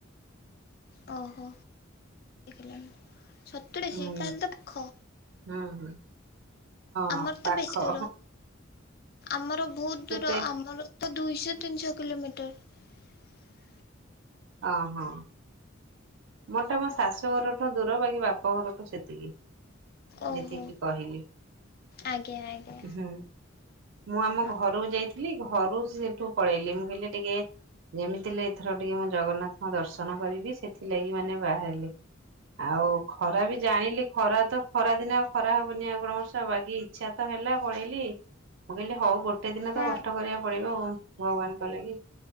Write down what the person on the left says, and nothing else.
ଓହୋ ଲାନୀ ସତୁରିଶୀ
ତାହେଲେ ତ ଖ
ଆମର
ତ ବେଶୀ ଦୂର ଆମର୍ ବହୁତ
ଦୂର ଆମର ଦୁଇଶ ତିନଶ କିିଲୋମିଟର
ଓହୋ।
ଆଜ୍ଞା ଆଜ୍ଞା
ହଁ
ହଁ